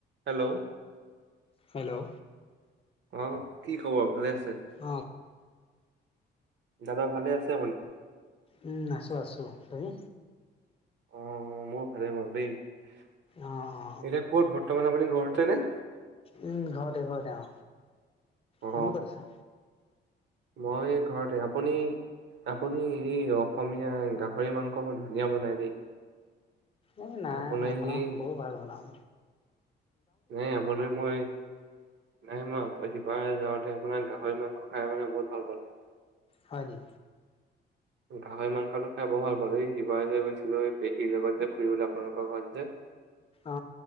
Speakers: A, on the right; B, on the left.
A: Hello
B: hello
A: অ' কি খবৰ ভালে আছে
B: অ
A: দাদা ভালে আছে আপুনি
B: উম আছো আছো তুমি
A: অ মোৰ ভালে বাৰু দেই এতিয়া
B: অ অ
A: ক'ত বৰ্তমান আপুনি ঘৰতে নে
B: উম ঘৰতে ঘৰতে অ
A: অ
B: তুমি ক'ত আছা।
A: মই ঘৰতে আপুনি আপুনি এই অসমীয়া গাহৰি মাংস মই ধুনীয়া বনাই দেই
B: এই নাই
A: আপুনি
B: নবনাওঁ
A: সেই
B: একো ভাল নবনাওঁ
A: এই আপোনি মই নাই মই শিপাৰে যা আপোনাৰ গাহৰি মাংস খাই মানে বহুত ভাল পালো।
B: হয় নি
A: গাহৰি মাংসটো খাই বৰ ভাল পালো দেই ইবাৰৰে যে গৈছিলো এই পেহীৰ লগত যে ফুৰিবলৈ আপোনালোকৰ ঘৰত যে
B: অ